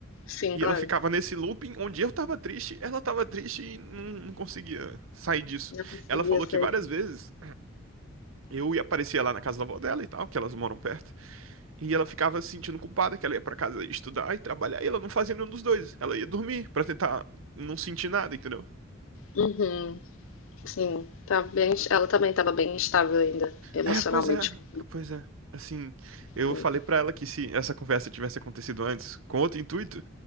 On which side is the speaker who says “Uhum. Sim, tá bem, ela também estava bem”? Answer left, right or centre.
Left